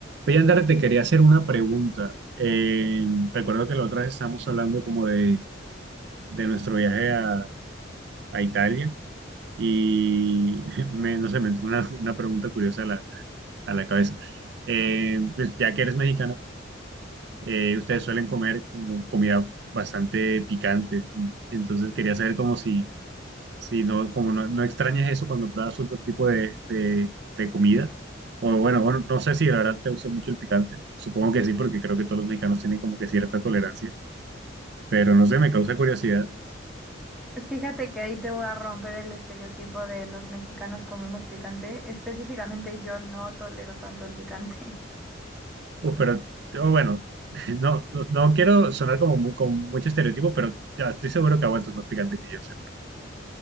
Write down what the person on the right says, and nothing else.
Oye, Andrea, te quería hacer una pregunta. Eh, recuerdo que la otra vez estábamos hablando como de, de nuestro viaje a, a Italia y <laughs> me, no sé, me entró una, una pregunta curiosa a la, a la cabeza. Eh, pues ya que eres mexicana, eh, ustedes suelen comer como comida bastante picante, entonces quería saber como si, Sí, no, como no, no extrañes eso cuando pruebas otro tipo de, de- de comida. O bueno, bueno, no sé si la verdad te gusta mucho el picante. Supongo que sí, porque creo que todos los mexicanos tienen como que cierta tolerancia. Pero no sé, me causa curiosidad.
Uf, pero oh, bueno, <laughs> no, no, no quiero sonar como muy- con mucho estereotipo, pero ya estoy seguro que aguantas más picante que yo, seguro.